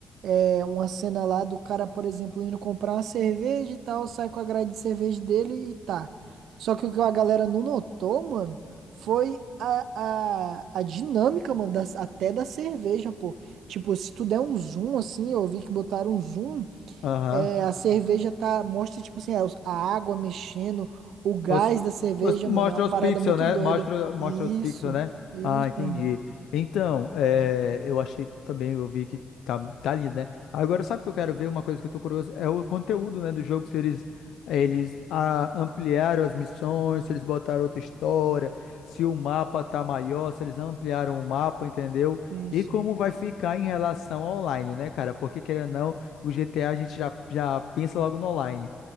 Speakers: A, on the right; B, on the left.
A: É uma cena lá do cara, por exemplo, indo comprar uma cerveja e tal, sai com a grade de cerveja dele e tá. Só que o que a galera não notou, mano, foi a, a, a dinâmica, mano, das- até da cerveja, pô. Tipo, se tu der um zoom, assim, eu vi que botaram um zoom,
B: Aham.
A: é, a cerveja tá, mostra, tipo assim, a, a água mexendo, o gás
B: Os-
A: da cerveja,
B: os- mostra
A: mano, é uma parada
B: os pixels,
A: muito
B: né?
A: doida.
B: Mostra, mostra
A: Isso,
B: os pixels, né?
A: isso,
B: Ah, entendi.
A: uhum.
B: Então, é, eu achei também, eu vi que tá, tá lindo, né? Agora, sabe o que eu quero ver? Uma coisa que eu tô curioso é o conteúdo, né, do jogo, se eles, eles ah, ampliaram as missões, se eles botaram outra história, se o mapa tá maior, se eles ampliaram o mapa, entendeu?
A: Sim,
B: E
A: sim,
B: como vai ficar em relação ao online, né, cara? Porque, querendo ou não, o GTA a a gente já, já pensa logo no online.